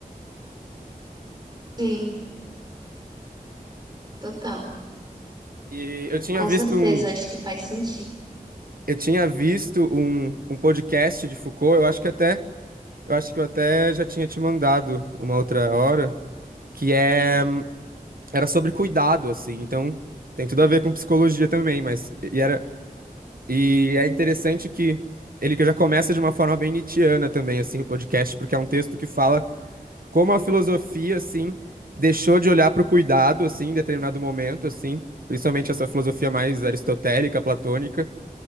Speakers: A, on the right; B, on the right.
A: Sim, total.
B: E eu tinha
A: Com
B: visto
A: certeza,
B: um,
A: acho que faz sentido.
B: eu tinha visto um, um podcast de Foucault, eu acho que até, eu acho que eu até já tinha te mandado uma outra hora, que é, era sobre cuidado, assim, então tem tudo a ver com psicologia também, mas, e era, e é interessante que ele que já começa de uma forma bem nietzschiana também, assim, o podcast, porque é um texto que fala como a filosofia, assim, deixou de olhar para o cuidado, assim, em determinado momento, assim, principalmente essa filosofia mais aristotélica, platônica,